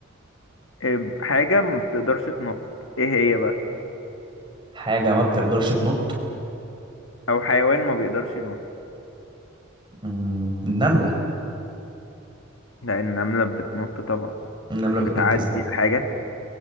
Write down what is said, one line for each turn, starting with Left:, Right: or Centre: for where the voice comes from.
Left: آه، حاجة ما بتقدرش تنط ايه هي بقى
Right: حاجة ما بتقدرش تنط
Left: او حيوان ما بيقدرش ينط
Right: مم، النملة
Left: لأن النملة بتنط طبعا
Right: النملة
Left: مش بتعدي
Right: بتنط ازاي
Left: الحاجة